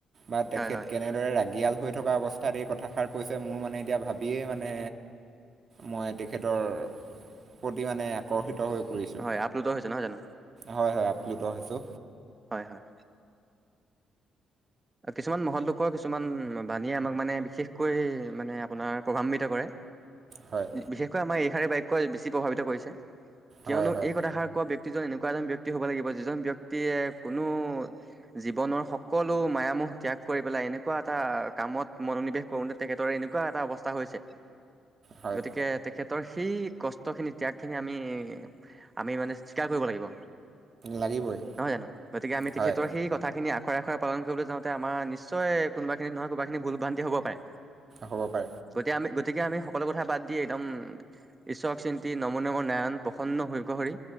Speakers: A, on the right (about 45°); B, on the right (about 25°).
A: বা
B: হয়
A: তেখেত
B: হয়
A: কেনেদৰে ৰাগিয়াল হৈ থকা অৱস্থাত এই কথাষাৰ কৈছে মোৰ মানে এতিয়া ভাবিয়েই মানে, মই তেখেতৰ প্ৰতি মানে আকৰ্ষিত হৈ পৰিছোঁ।
B: হয়, আপ্লুত হৈছে নহয় জানো?
A: হয়, হয় আপ্লুত হৈছো।
B: হয়, হয়। কিছুমান মহল লোকৰ কিছুমান বাণীয়ে আমাক মানে বিশেষকৈ মানে আপোনাৰ প্ৰভান্বিত কৰে।
A: হয়
B: বিশেষকৈ আমাৰ এইষাৰে বাক্য বেছি প্ৰভাৱিত কৰিছে। কিয়নো
A: হয় হয়
B: এই কথাষাৰ কোৱা ব্য ক্তিজন এনেকোৱা এজন ব্যক্তি হ'ব লাগিব, যিজন ব্যক্তিয়ে কোনো জীৱনৰ সকলো- মায়ামোহ ত্যাগ কৰি পেলাই এনেকোৱা এটা কামত মনোনিৱেশ কৰোতে তেখেতৰে এনেকোৱা এটা অৱস্থা হৈছে
A: হয়
B: গতিকে তেখেত তৰ সেই কষ্ট খিনি ত্যাগ খিনি আমি আমি মানে স্বীকাৰ কৰিব লাগিব।
A: লাগিবই
B: নহয় জানো? গতিকে আমি তেখেতৰ
A: হয়।
B: সেই কথাখিনি আখৰে আখৰে পালন কৰিবলে যাওতে আমাৰ নিশ্চয় কোনোবা খিনি নহয় কোনোবা খিনি ভুল ভ্ৰান্তি হ'ব পাৰে
A: হ'ব পাৰে।
B: গতিকে আমি গতিকে আমি সকলো কথা বাদ দিয়ে একদম ঈশ্বক চিন্তি নম নম নাৰায়ণ প্ৰসন্ন হৰিক হৰি